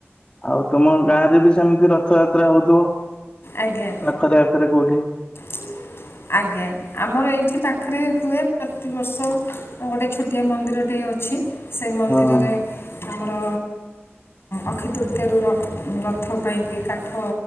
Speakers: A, on the left; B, on the left.
A: ଆଉ ତମ ଗାଁ ରେ ବି ସେମିତି ରଥଯାତ୍ରା ହଉଥିବ।
B: ଆଜ୍ଞା।
A: ପାଖରେ ଆଖରେ କୋଉଠି।
B: ଛୁଁ ଆଜ୍ଞା, ଆମର ଏଇଠି ପାଖରେ ହୁଏ ପ୍ରତିବର୍ଷ ଗୋଟେ ଛୋଟିଆ ମନ୍ଦିରଟିଏ ଅଛି। ସେଇ ମନ୍ଦିରରେ
A: ହଁ
B: ଆମର ଅକ୍ଷିତୃତୀୟାରୁ ରଥ ପାଇଁକି କାଠ